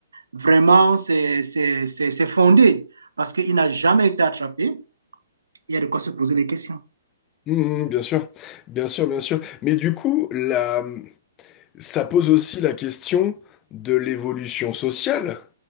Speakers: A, on the right; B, on the left.
A: vraiment, c'est c'est- c'est- c'est fondé parce qu'il n'a jamais été attrapé. Il y a de quoi se poser des questions.
B: Hum, hum, bien sûr, bien sûr, bien sûr. Mais du coup, la, ça pose aussi la question de l'évolution sociale